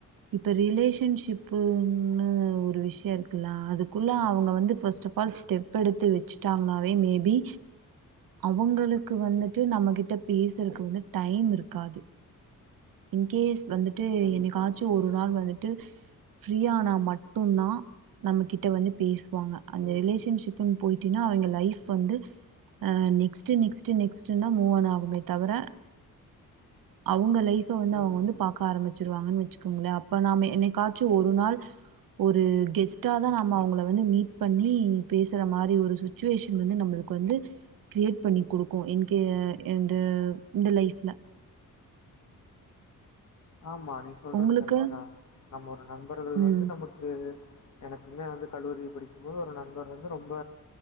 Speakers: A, on the right (about 80°); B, on the left (about 60°).
A: இப்ப ரிலேஷன்ஷிப்புன்னு ஒரு விஷ்ய இருக்குல அதுக்குள்ள அவ்ங்க வந்து ஃபஸ்ட் அஃப் ஆல் ஸ்டெப் எடுத்து வச்சுட்டாங்னாவே மே பி அவுங்களுக் க்கு வந்துட்டு நம்மகிட்ட பேசுறக்கு வந்து டைம் இருக்காது இன்கேஸ் வந்துட்டு
B: கண்டிப்பாக
A: என்னைக்காச்சு
B: கண்டிப்பாக
A: ஒரு நாள் வந்துட்டு ஃப்ரீயானா மட் டுனா நம்மகிட்ட வந்து பேசு வாங்க அந்த
B: ம்
A: ரிலேஷன்ஷிப்புன் போய் டினா அவங்கெ லைஃப் வந்து அஹ் நெக்ஸ்டு நெக்ஸ்டு நெக்ஸ்டுன் தா மூவான் ஆகுமே தவர அவுங்க லைஃப் இப்ப வந்து அவ்ங்க
B: ம்
A: வந்து
B: ம்
A: பாக்க ஆரம்மிச்ருவாங்கனு வச்சுக் கும்ல அப்ப நாம என்னைக்காச்சு ஒரு நாள் ஒரு கெஸ்டாதா நம்ம அவ்ங்ள வந்து மீட் பண்ணி பேசுற மாரி ஒரு சுச்சுவேஷன் வந்து நம்மளுக்கு வந்து கிரியேட் பண்ணி குடுக்கு இன்கே என்டு இந்த லைஃப்ல
B: ஆமா நீ சொல்றது
A: உங்களுக்கு?
B: கரெக்டுதா நம்ம ஒரு நண்பர்கள்
A: ஆமா.
B: வந்து
A: ம்.
B: நமக்கு எனக்குமே வந்து கல்லூரி படிக்கும் போது ஒரு நண்பரு இது ரொம்ப